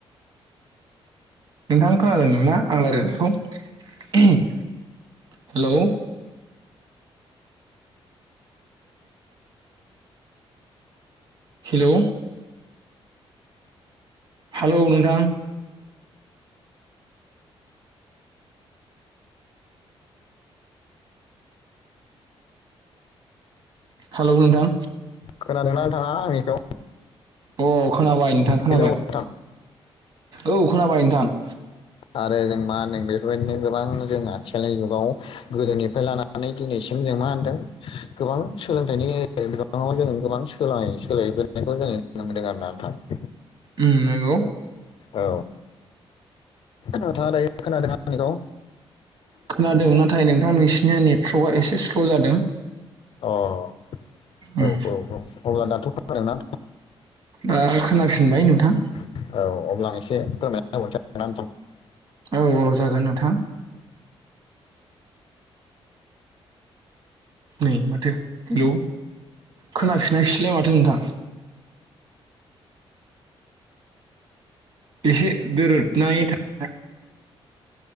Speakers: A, on the right; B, on the left.
A: नोंथां खोनादों ना आं रायलायनायखौ। हेलौ। हेलौ! हेलौ नोंथां हेलौ नोंथां।
B: खोनादोंना नथाङा आंनिखौ?
A: अ खोनाबाय नोंथां खोनाबाय।
B: हेलौ नोंथां
A: औ खोनाबाय नोंथां।
B: आरो जों मा होनदों बेफोरबायदिनो गोबां जों आथिखालनि जुगाव गोदोनिफ्राय लानानै दिनैसिम। जों मा होनदों गोबां सोलोंथाइनि बिबाङाव जों गोबां सोल सोलायबोनायखौ जोङो। नो मोनदों आरोना नोंथां।
A: उम नोंगौ।
B: औ नोंथाङा दायो खोनादों आंनिखौ
A: खोनादों नाथाय नोंथां नोंसिनिया नेटध्रकआ एसे स्ल' जादों।
B: अ औ
A: उम
B: औ औ अब्ला दाथ' फो नादोंना?
A: दा खोनाफिनबाय
B: थाङा
A: नोंथां
B: औ अब्ला आं एसे फोरमाय। <unintelligible>
A: औ औ जागोन नोंथां।
B: <inaudible>
A: नै माथो हेलौ खोनाफिननायसैलाय माथो नोंथां। एसे दोरदनाय था